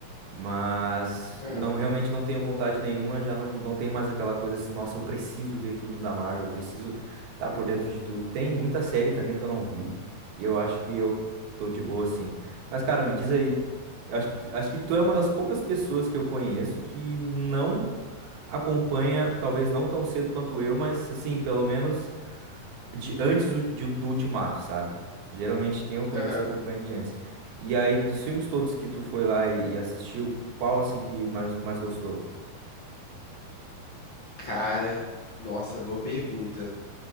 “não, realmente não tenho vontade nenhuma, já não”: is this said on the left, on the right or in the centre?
Right